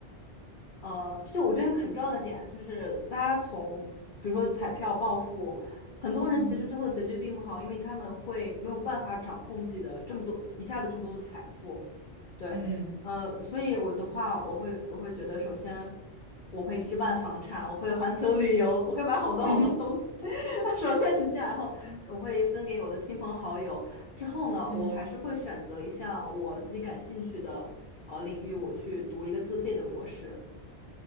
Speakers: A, on the left; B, on the right.
A: 呃，就我觉得很重要的点就是大家从比如说彩票暴富，很多人其实最后的结局并不好，
B: 嗯嗯嗯
A: 因为他们会没有办法掌控自己的这么多一下子这么多的财富，对，
B: 嗯
A: 呃，所以我的话，我会我会觉得，首先我会置办房产，我会环球旅游，我会买好多好多东西，
B: <laughs>
A: <laughs> 首先是这样，然后我会分给我的亲朋好友，
B: 嗯
A: 之后呢，
B: 嗯，
A: 我还是会选择一项我自己感兴趣的呃领域，我去读一个自费的博士。